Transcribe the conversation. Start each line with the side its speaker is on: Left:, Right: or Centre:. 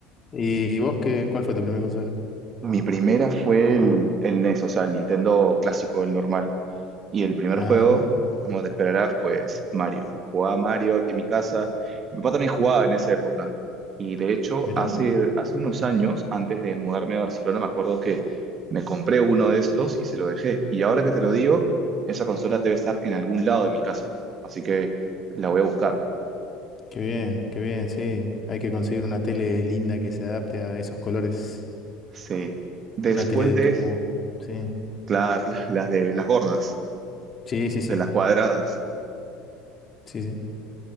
Left: ¿Y vos qué, cuál fue tu primera consola?
Right: Mi primera fue el, el NES, o sea, el Nintendo clásico, el normal. Y el primer
Left: Ajá,
Right: juego, como te esperarás, pues Mario. Jugaba Mario aquí en mi casa. Mi papá también jugaba en esa época. Y de hecho,
Left: mirá,
Right: hace, hace unos años, antes de mudarme a Barcelona, me acuerdo que me compré uno de estos y se lo dejé. Y ahora que te lo digo, esa consola debe estar en algún lado de mi casa. Así que la voy a buscar.
Left: qué bien, qué bien, sí. Hay que conseguir una tele linda que se adapte a esos colores.
Right: Sí. Después
Left: Una tele de
Right: de,
Left: tubo, sí.
Right: claro, <laughs> las de las gordas,
Left: Sí, sí, sí,
Right: de las cuadradas.
Left: sí, sí.